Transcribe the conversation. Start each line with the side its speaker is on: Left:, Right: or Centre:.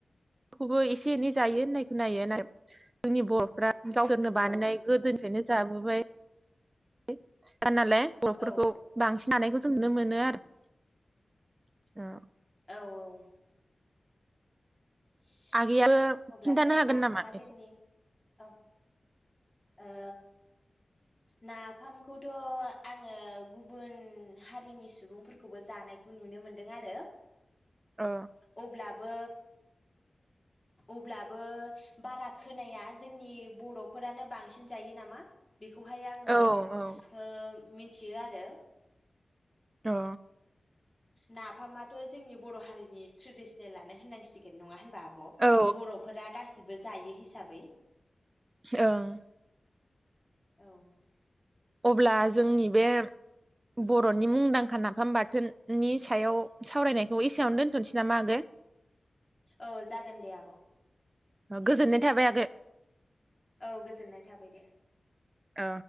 Right: खौबो एसे- एनै जायो होननाय खोनायो नाथाय जोंनि बरफ्रा गावदोरनो
Left: औ
Right: बानायनाय गोदोनिफ्रायनो जाबोबाय <unintelligible> नालाय बर'फोरखौ
Left: औ
Right: बांसिन हानायखौ जों नुनो मोनो अ
Left: औ- औ <unintelligible>
Right: आगैयाबो
Left: अब्लाथ'
Right: खिन्थानो हागोन
Left: नाफामा
Right: नामा
Left: जोंनि
Right: एसे
Left: औ ओ नाफामखौथ' आङो गुबुन हारिनि सुबुंफोरखौबो जानायखौ नुनो मोनदों आरो
Right: औ
Left: अब्ला बो अब्लाबो बारा खोनाया जोंनि बर'फोरानो बांसिन जायो नामा बेखौहाय आङो
Right: औ औ
Left: ओ मि थियो आरो
Right: अ
Left: नाफामाथ' जोंनि बर' हारिनि ट्रेडिसनेलानो होननांसिगोन नङा होनबा आ आब'
Right: औ
Left: बर'फोरा गासिबो जायो हिसाबै
Right: ओं
Left: औ
Right: अब्ला जोंनि बे बर'नि मुंदांखा नाफाम बाथोननि सायाव सावरायनायखौ एसेयावनो दोनथ'नोसै नामा आगै
Left: औ जागोन दे आब'
Right: गोजोननाय थाबाय आगै
Left: औ गोजोननाय थाबाय दे
Right: ओ